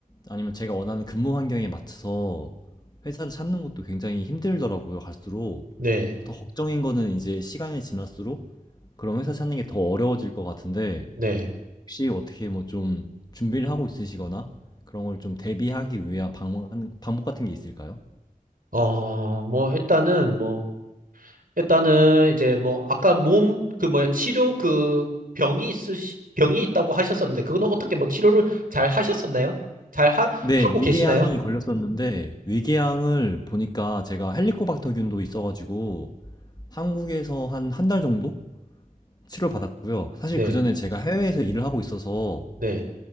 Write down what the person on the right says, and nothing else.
네.
네.
어, 뭐 일단은 뭐 일단은 이제 뭐 아까 몸 그 뭐야 치료 그 병이 있으시 병이 있다고 하셨었는데 그거는 어떻게 뭐 치료를 잘 하셨었나요? 잘 하,
하고
계시나요?
네.
네.